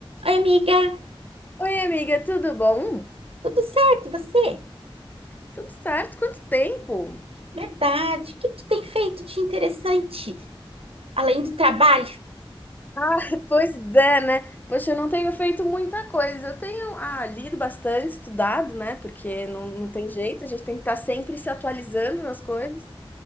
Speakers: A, on the right; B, on the left.
A: Oi, amiga,
B: Oi, amiga, tudo bom?
A: tudo certo? E você?
B: Tudo certo? Quanto tempo?
A: Verdade. O que tu tem feito de interessante além do trabalho?
B: <laughs> Pois é, né? Poxa, eu não tenho feito muita coisa. Eu tenho, ah, lido bastante, estudado, né? Porque não, não tem jeito, a gente tem que estar sempre se atualizando nas coisas.